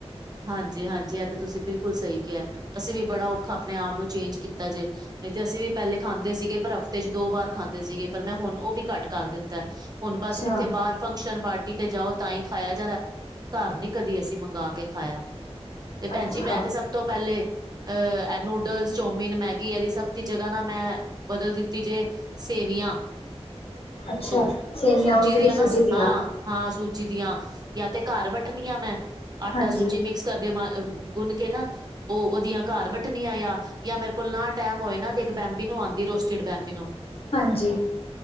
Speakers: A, on the right; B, on the left.
A: ਹਾਂਜੀ, ਹਾਂਜੀ, ਇਹ ਤਾਂ ਤੁਸੀਂ ਬਿਲਕੁਲ ਸਹੀ ਕਿਹਾ, ਅਸੀਂ ਵੀ ਬੜਾ ਔਖਾ, ਆਪਣੇ ਆਪ ਨੂੰ, ਚੇਂਜ ਕੀਤਾ ਜੇ। ਨਹੀਂ ਤੇ ਅਸੀਂ ਵੀ ਪਹਿਲੇ ਖਾਂਦੇ ਸੀਗੇ, ਪਰ ਹਫ਼ਤੇ ਚ ਦੋ ਵਾਰ ਖਾਂਦੇ ਸੀਗੇ। ਪਰ ਮੈਂ ਹੁਣ, ਉਹ ਵੀ ਘੱਟ ਕਰ ਦਿੱਤਾ, ਹੁਣ
B: ਅੱਛਾ,
A: ਬਸ, ਕਿੱਥੇ ਬਾਹਰ। ਫੰਕਸ਼ਨ ਪਾਰਟੀ ਤੇ ਜਾਓ, ਤਾਂ ਹੀ ਖਾਇਆ ਜਾ ਰਿਯਾ, ਘਰ ਨੀ ਕਦੀ, ਅਸੀਂ ਮੰਗਵਾ ਕੇ ਖਾਇਆ। ਤੇ, ਭੈਣ
B: ਅੱਛਾ,
A: ਜੀ, ਮੈਂ ਤੇ ਸਭ ਤੋਂ ਪਹਿਲੇ ਅਹ, ਨੂਡਲਸ, ਚੋਮਿਨ ਮੈਗੀ, ਇਹਦੀ ਸਭ ਦੀ ਜਗ੍ਹਾ ਨਾ, ਮੈਂ ਬਦਲ ਦਿੱਤੀ ਜੇ ਸੇਵੀਆਂ।
B: ਅੱਛਾ
A: ਤੋਂ,
B: ਸੇਵੀਆਂ
A: ਸੂਜੀ
B: ਉਹ ਜਿਹੜੀ
A: ਦੀਆਂ ਨਾ,
B: ਸੂਜੀ ਦੀਆਂ
A: ਹਾਂ ਹਾਂ, ਸੂਜੀ ਦੀਆਂ। ਨਾ, ਤੇ ਘਰ ਵੱਟਣੀ ਆ ਮੈਂ। ਆਟਾ
B: ਹਾਂਜੀ,
A: ਸੂਜੀ ਮਿਕਸ ਕਰਕੇ ਮ ਗੁੰਨ ਕੇ ਨਾ, ਉਹ ਉਹਦੀਆਂ ਘਰ ਵੱਟਣੀਆਂ ਆ। ਜਾਂ ਮੇਰੇ ਕੋਲ ਨਾ ਟੈਮ ਹੋਏ ਨਾ। ਤੇ ਇੱਕ ਬੈਂਬੀ ਨੂੰ ਆਉਂਦੀ ਰੋਸਟਡ ਬਬੀ ਨੂੰ
B: ਹਾਂਜੀ,